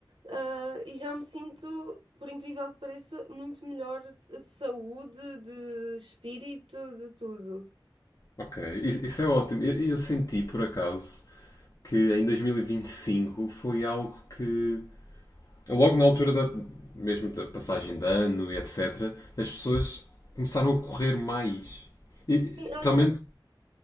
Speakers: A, on the right; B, on the left.
A: Ah, e já me sinto, por incrível que pareça, muito melhor de saúde, de espírito, de tudo.
B: Ok, i- isso é ótimo. Eu, eu senti por acaso que em 2025 foi algo que, logo na altura da, mesmo da passagem de ano e etc., as pessoas começaram a correr mais. E,
A: Sim, acho
B: pelo menos,
A: que